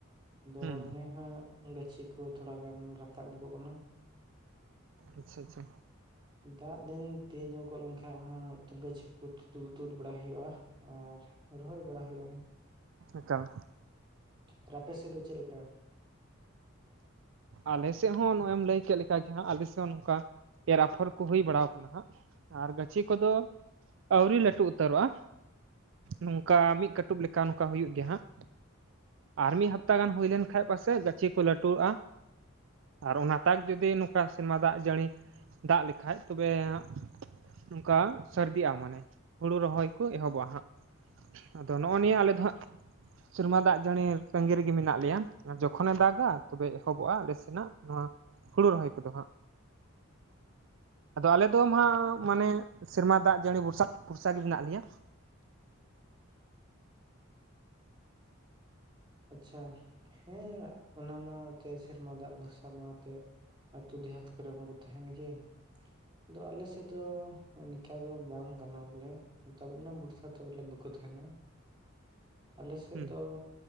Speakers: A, on the right; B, on the right.
A: ᱟᱫᱚ
B: ᱦᱩᱸ
A: ᱱᱮᱦᱟᱜ ᱜᱟᱹᱪᱷᱤ ᱠᱚ ᱛᱷᱚᱲᱟ ᱜᱟᱱ ᱨᱟᱠᱟᱵ ᱧᱚᱜᱚᱜ ᱠᱟᱱᱟ᱾
B: ᱟᱪᱪᱷᱟ ᱟᱪᱪᱷᱟ
A: ᱫᱟᱜ ᱫᱤᱱ ᱛᱤ ᱧᱚ ᱜᱚᱫ ᱞᱮᱱᱠᱷᱟᱱᱡ ᱜᱟᱹᱪᱷᱤ ᱠᱚ ᱛᱩ ᱛᱩᱫ ᱵᱟᱲᱟᱭ ᱦᱩᱭᱩᱜᱼᱟ, ᱟᱨ ᱨᱚᱦᱚᱭ ᱵᱟᱲᱟ ᱦᱩᱭᱩᱜᱼᱟ᱾
B: ᱮᱠᱟᱞ
A: ᱟᱨ ᱟᱯᱮᱥᱮᱫ ᱫᱚ ᱪᱮᱫ ᱞᱮᱠᱟ?
B: ᱟᱞᱮᱥᱮᱫ ᱦᱚᱸ ᱱᱚᱜᱼᱚᱭ ᱮᱢ ᱞᱟᱹᱭ ᱠᱮᱫ ᱞᱮᱠᱟᱜ ᱜᱮ ᱦᱟᱜ ᱟᱞᱮ ᱥᱮᱫ ᱦᱚᱸ ᱱᱚᱝᱠᱟ ᱮᱨ ᱟᱯᱷᱚᱨ ᱠᱚ ᱦᱩᱭ ᱵᱟᱲᱟ ᱟᱠᱟᱱᱟ ᱦᱟᱸᱜ᱾ ᱟᱨ ᱜᱟᱹᱪᱷᱤ ᱠᱚᱫᱚ ᱟᱹᱣᱨᱤ ᱞᱟᱹᱴᱩ ᱩᱛᱟᱹᱨᱚᱜᱼᱟ᱾ ᱱᱚᱝᱠᱟ ᱢᱤᱫ ᱠᱟᱹᱴᱩᱵ ᱞᱮᱠᱟ ᱱᱚᱝᱠᱟ ᱦᱩᱭᱩᱜ ᱜᱮᱭᱟ ᱦᱟᱸᱜ᱾ ᱟᱨ ᱢᱤᱫ ᱦᱟᱯᱛᱟ ᱜᱟᱱ ᱦᱩᱭ ᱞᱮᱱᱠᱷᱟᱡ ᱯᱟᱥᱮᱡ ᱜᱟᱹᱪᱷᱤ ᱠᱚ ᱞᱟᱹᱴᱩᱜᱼᱟ᱾ ᱟᱨ ᱚᱱᱟ ᱛᱟᱠ ᱡᱩᱫᱤ ᱱᱚᱝᱠᱟ ᱥᱮᱨᱢᱟ ᱫᱟᱜ ᱡᱟᱹᱲᱤ ᱫᱟᱜ ᱞᱮᱠᱷᱟᱡ ᱛᱚᱵᱮ ᱦᱟᱸᱜ ᱱᱚᱝᱠᱟ ᱥᱟᱨᱫᱤᱜᱼᱟ ᱢᱟᱱᱮ ᱦᱩᱲᱩ ᱨᱚᱦᱚᱭ ᱠᱚ ᱮᱦᱚᱵᱚᱜᱼᱟ ᱦᱟᱸᱜ᱾ ᱟᱫᱚ ᱱᱚᱜᱼᱚᱭ ᱱᱤᱭᱟᱹ ᱟᱞᱮ ᱫᱚ ᱦᱟᱸᱜ ᱥᱮᱨᱢᱟ ᱫᱟᱜ ᱡᱟᱹᱲᱤ ᱛᱟᱺᱜᱤ ᱨᱮᱜᱮ ᱢᱮᱱᱟᱜ ᱞᱮᱭᱟ ᱟᱨ ᱡᱚᱠᱷᱚᱱᱮ ᱫᱟᱜ ᱛᱚᱵᱮ ᱮᱦᱚᱵᱚᱜᱼᱟ ᱟᱞᱮ ᱥᱮᱱᱟᱜ ᱱᱚᱣᱟ ᱦᱩᱲᱩ ᱨᱚᱦᱚᱭ ᱠᱚᱫᱚ ᱦᱟᱸᱜ᱾ ᱟᱫᱚ ᱟᱞᱮ ᱫᱚ ᱢᱟᱜ ᱢᱟᱱᱮ ᱥᱮᱨᱢᱟ ᱫᱟᱜ ᱡᱟᱹᱲᱤ ᱵᱚᱨᱥᱟ ᱵᱚᱨᱥᱟ ᱜᱮ ᱢᱮᱱᱟᱜ ᱞᱮᱭᱟ᱾
A: ᱟᱪᱪᱷᱟ ᱦᱮᱸ ᱚᱱᱟ ᱢᱟ ᱛᱮ ᱥᱮᱨᱢᱟ ᱫᱟᱜ ᱵᱷᱚᱨᱥᱟ ᱢᱟᱛᱮ ᱟᱛᱳ ᱫᱮᱦᱮᱛ ᱠᱚᱨᱮ ᱢᱟ ᱠᱚ ᱛᱟᱦᱮᱱ ᱜᱮ ᱫᱚ ᱟᱞᱮ ᱥᱮᱫ ᱫᱚ ᱱᱤᱝᱠᱟ ᱫᱚ ᱵᱟᱝ ᱜᱟᱱᱚᱜ-ᱟ ᱵᱚᱞᱮ ᱛᱟᱵᱚᱱᱟ ᱵᱚᱨᱥᱟ ᱫᱚ ᱵᱚᱞᱮ ᱵᱟᱠᱚ ᱛᱟᱦᱮᱱᱟ ᱟᱞᱮ ᱥᱮᱫ
B: ᱦᱩᱸ
A: ᱫᱚ